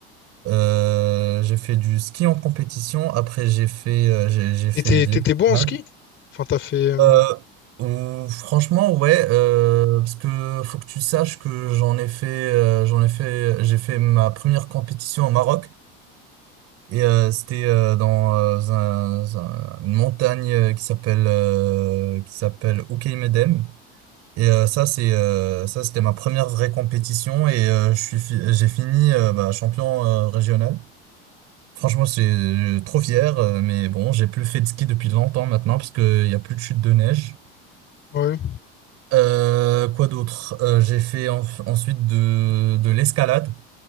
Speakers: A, on the right; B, on the left.
A: Euh, j'ai fait du ski en compétition. Après, j'ai fait, euh, j'ai, j'ai fait
B: Et t'es-
A: de
B: t'étais
A: l'escalade.
B: bon en ski? Enfin, t'as fait. euh,
A: Euh, ou- franchement, ouais, euh, parce que faut que tu saches que j'en ai fait, euh, j'en ai fait, j'ai fait ma première compétition au Maroc. Et euh, c'était euh, dans euh, un- un- une montagne euh, qui s'appelle euh, qui s'appelle Oukaïmeden. Et euh, ça, c'est euh, ça, c'était ma première vraie compétition. Et euh, je suis, fi- j'ai fini euh, bah, champion euh, régional. Franchement, c'est euh, trop fier, euh, mais bon, j'ai plus fait de ski depuis longtemps maintenant parce qu'il n'y a plus de chute de neige.
B: Ouais,
A: Euh, quoi d'autre? Euh, j'ai fait en- ensuite de, de l'escalade